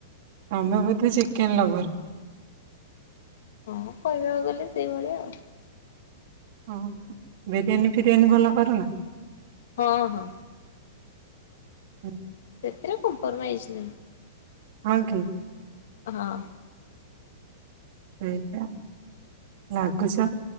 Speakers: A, on the right (about 55°); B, on the left (about 70°).
A: ତମେ ବୋଧେ ଚିକେନ ଲଭର।
B: ହଁ କହିବାକୁ ଗଲେ ସେଇଭଳିଆ ଆଉ।
A: ହଁ ବିରିୟାନୀ ଫିରିୟାନୀ ଭଲ କର ନା।
B: ହଁ ହଁ।
A: ହୁଁ,
B: ସେଥିରେ କମ୍ପର ମାଇଜ ନାହିଁ।
A: ହଁ କି?
B: ହଁ।
A: ଏଇା ଲାଗୁଛ